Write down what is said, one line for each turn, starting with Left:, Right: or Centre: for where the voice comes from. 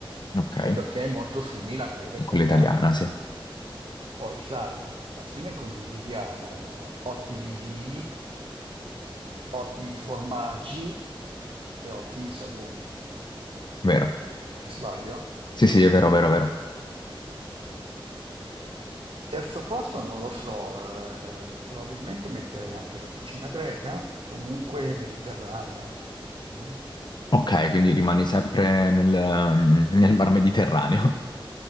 Left: Ok,
Right: perché è molto simile a quella italiana.
Left: quella italiana, sì,
Right: Poi, sai, alla fine condividiamo ottimi vini, ottimi formaggi e ottimi salumi.
Left: vero.
Right: Mi sbaglio?
Left: Sì, sì, è vero,
Right: Mm?
Left: vero, vero.
Right: Terzo posto non lo so, eh, probabilmente metterei anche la cucina greca, comunque mediterranea. mm.
Left: Ok, quindi rimani sempre nel, ehm, nel Mar Mediterraneo.